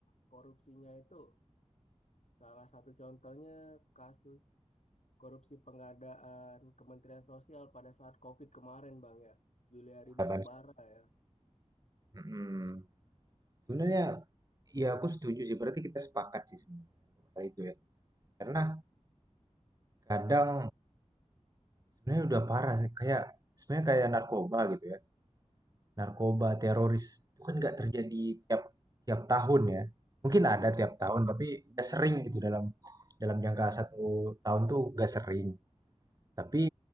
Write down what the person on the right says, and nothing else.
harapan.
Mhm. Sebenarnya ya aku setuju sih. Berarti kita sepakat sih sebenarnya untuk hal itu ya. Karena kadang sebenarnya udah parah sih kayak sebenarnya kayak narkoba gitu ya. Narkoba, teroris, itu kan nggak terjadi tiap tiap tahun ya. Mungkin
ada tiap tahun, tapi nggak sering gitu dalam dalam jangka satu tahun tuh nggak sering. Tapi